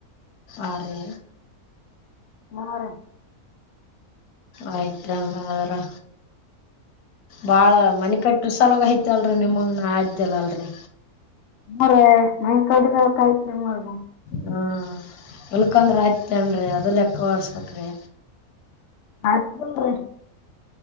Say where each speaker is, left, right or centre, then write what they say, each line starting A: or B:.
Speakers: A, on the left (about 85°); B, on the left (about 65°).
A: ಆರಿ
B: <unintelligible>
A: ಆಯ್ತ ಹಂಗ್ರ ಭಾಳ ಮನೆ ಕಟ್ಟು ಸಲಾಗ ಆಯ್ತಲ್ರಿ ನಿಮಗೆ ಆ್ದಲ್ಲ ಅಲ್ರಿ
B: ಮರೆ ಮನೆ ಕಟ್ಬೇಕಾಯ್ತು ನಿಮಗ
A: ಹ್ಮ ಉಲ್ಕಂದ್ರ ಆಯ್ತತರೀ ಅದಲ್ಲ ಎಕ್ಕ ಹೊರ್ಸ್ಬೇಕ್ರೀ
B: <unintelligible> ರೀ